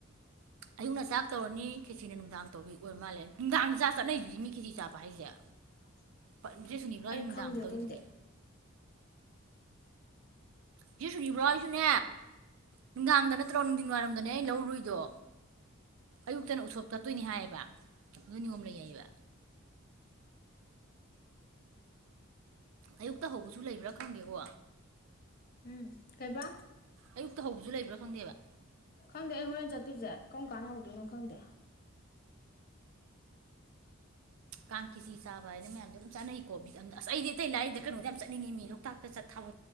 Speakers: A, on the right; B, on the left.
A: ꯑꯌꯨꯛꯅ ꯆꯥꯛ ꯇꯧꯔꯅꯤ ꯈꯦꯖꯤꯅ ꯅꯨꯡꯗꯥꯡ ꯇꯧꯔꯤ ꯑꯣꯏꯔ ꯃꯥꯜꯂꯦ ꯅꯨꯡꯗꯥꯡꯗ ꯆꯥ ꯆꯠꯅꯩꯗꯨꯗꯤ ꯃꯤ ꯈꯦꯖꯤ ꯆꯥꯕ ꯍꯥꯏꯁꯦ
B: <unintelligible>
A: ꯄ ꯆ‌ꯦꯁꯨꯅꯤꯕ꯭ꯔꯥ
B: ꯑꯩ
A: ꯁ ꯅꯨꯡꯗꯥꯡ
B: ꯈꯪꯗꯦ ꯑꯗꯨꯝꯗꯤ
A: ꯇꯧꯔꯤꯗꯨꯗꯤ ꯁꯤ ꯁꯨꯅꯤꯕ꯭ꯔꯣ ꯑꯩꯁꯨꯅꯦ ꯅꯨꯡꯗꯥꯡꯗ ꯅꯠꯇ꯭ꯔꯣ ꯅꯨꯡꯊꯤꯟ ꯋꯥꯏꯔꯝꯗꯅꯦ ꯑꯩ ꯂꯧꯔꯨꯏꯗꯣ ꯑꯌꯨꯛꯇꯅ ꯎꯁꯣꯞ ꯆꯠꯇꯣꯏꯅꯤ ꯍꯥꯏꯌꯦꯕ ꯑꯗꯨꯏ ꯅꯣꯏ ꯅꯤꯌꯣꯝ ꯂꯩꯌꯦꯕ ꯑꯌꯨꯛꯇ ꯍꯧꯕꯁꯨ ꯂꯩꯕ꯭ꯔꯥ ꯈꯪꯗꯦꯀꯣ
B: ꯎꯝ ꯀꯩꯕꯥ
A: ꯑꯌꯨꯛꯇ ꯍꯧꯕꯁꯨ ꯂꯩꯕ꯭ꯔꯥ ꯈꯪꯗꯦꯕ
B: ꯈꯪꯗꯦ ꯑꯩ ꯍꯣꯔꯦꯟ ꯆꯠꯇꯣꯏꯁꯦ ꯀꯔꯝ ꯀꯥꯟꯅ ꯍꯧꯗꯣꯏꯅꯣ ꯈꯪꯗꯦ
A: ꯀꯥꯡ ꯀꯤꯁꯤ ꯆꯥꯕ ꯍꯥꯏꯅ ꯃꯌꯥꯝꯁꯦ ꯑꯗꯨꯝ ꯆꯥꯅꯩꯀꯣ ꯕꯤꯗ ꯑꯝ ꯑꯁꯗꯤ ꯑꯇꯩ ꯂꯥꯏꯔꯤꯏꯗ ꯀꯩꯅꯣꯗ ꯌꯥꯝ ꯆꯠꯅꯤꯡꯉꯤ ꯃꯤ ꯂꯣꯛꯇꯥꯛꯇ ꯆꯠꯊꯕ